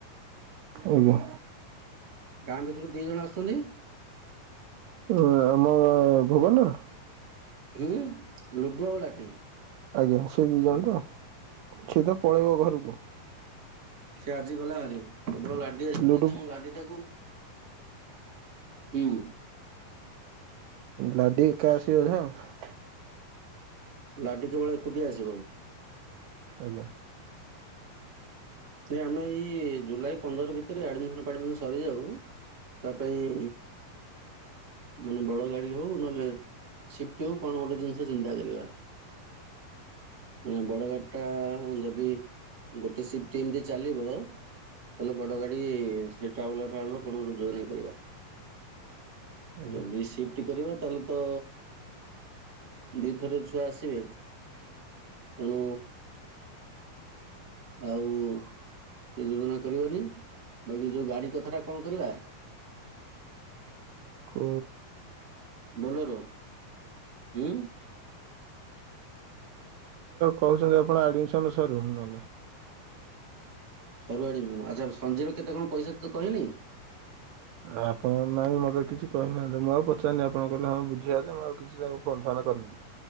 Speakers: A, on the right; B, on the right.
A: ଆଜ୍ଞା।
B: ଗାଁ ଭିତରୁ ଦି ଜଣ ଆସୁଛନ୍ତି।
A: ହୁଁ। ଆମ ଭୁବନ
B: ହୁଁ ଲୁଡ଼ୁ ଆଉ ଲାଠି।
A: ଆଜ୍ଞା ସିଏ ଦୁଇ ଜଣ ତ, ସିଏ ତ ପଳେଇବ ଘରକୁ।
B: ସେ ଆଜି ଗଲା ହରି କେବଳ ଲାଡି ଆସିବ
A: ଲୁଡୁ
B: ଦେଖିବ ଆମ ଲାଡିଟାକୁ ହୁଁ।
A: ଲାଡି ଏକା ଆସିଅ ବୋଧେ ଆଉ
B: ଲାଡି କେବଳ ଏକୁଟିଆ ଆସିବ।
A: ଆଜ୍ଞା।
B: ନାଇ ଆମେ ଏଇ ଜୁଲାଇ ପନ୍ଦର ଭିତରେ ଆଡମିସନ ଫାଡମିସନ ସରିଯାଉ ତା ପାଇଁ ମାନେ ବଡ ଗାଡି ହଉ ନହେଲେ ସିପ୍ଟିକୁ କଣ ଗୋଟେ ଜିନିଷ ଚିନ୍ତା କରିବା ମାନେ ବଡ ଗାଡି ଟା ଯଦି ଗୋଟେ ସିପ ସିଫ୍ଟିଂ ରେ ଚାଲିବ ତାହଲେ ବଡ ଗାଡି ସେ ଟ୍ରାଭଲର ଫ୍ରାଭଲର କଣ ଗୋଟେ ଯୋଜନା କରିବା
A: ଆଜ୍ଞା
B: ଯଦି କରିବା ତାହେଲେ ତ ଦି ଥର ଛୁଆ ଆସିବେ ତେଣୁ ଆଉ ସେ ଯୋଜନା କରବାନି ବାକି ଯୋଉ ଗାଡି କଥାଟା କଣ କରିବା
A: କ
B: ବୋଲେର ହୁଁ
A: କହୁଛନ୍ତି ଆପଣ ଆଡମିସନ ସରିବ ନହେଲେ
B: ସରୁ ଆଡ଼ମିନ ଆଚଛା ସଞ୍ଜିର କେତେ କଣ ପଇସା ତତେ କହିନି
A: ଆପଣ ନାଇଁ ମତେ କିଛି କହିନାହାନ୍ତି ମୁଁ ଆଉ ପଚାରନି ଆପଣ କହିଲେ ହଁ ବୁଝିଆ ମୁଁ ଆଉ କିଛି କିଛି ତାକୁ ଫୋନ୍ ଫାନ କରିନି